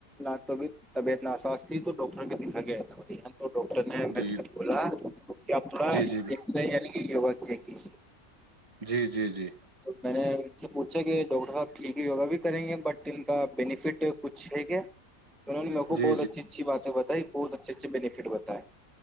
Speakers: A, in the centre; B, on the right.
A: نہ تو ابھی طبیعت ناساس تھی تو ڈاکٹر کو دیکھا ایا تھا بھائی تو ڈاکٹر نےمیرے
B: جی
A: سے بولا کہ اپنا
B: جی
A: ایکس
B: جی جی
A: یعنی کی
B: جی جی جی
A: تو میں نے ان سے پوچھا کہ ڈاکٹر صاحب ٹھیک ہے یوگا بھی کریں گے بٹ ان کا بینیفٹ کچھ ہے کیا انہوں نے میرے کو
B: جی
A: بہت اچھی اچھی باتیں بتائی بہت اچھے اچھے بینیفٹ بتائے